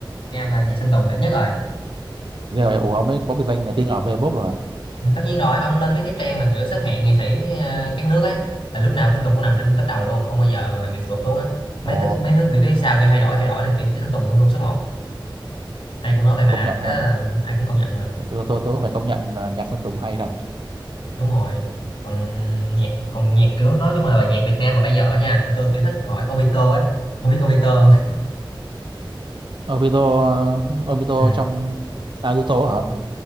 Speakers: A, on the left; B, on the right.
A: Nam là nhạc Sơn Tùng đỉnh nhất rồi
B: rồi ủa ông ấy có biệt danh là King of Vbop rồi à
A: ừ, tất nhiên rồi ông lên mấy cái trang mà kiểu xếp hạng nghệ sĩ với, ờ, các nước ấy là lúc nào Sơn Tùng cũng nằm trên top đầu luôn không bao giờ bị tụt xuống á mấy
B: ồ
A: thứ mấy thứ bị phía sau kiểu thay đổi thay đổi này kia chứ Sơn Tùng luôn luôn số một ai cũng nói vậy mà
B: công nhận ha
A: cái đó là ai cũng công nhận mà
B: tôi tôi tôi cũng phải công nhận là nhạc Sơn Tùng hay thật
A: đúng rồi còn nhạc còn nhạc kiểu nói chung là nhạc Việt Nam mà bây giờ á nha thì tôi kiểu thích khỏi Obito á không biết Obito không
B: Obito ờ, Obito
A: <laughs> ừ.
B: trong Naruto hả không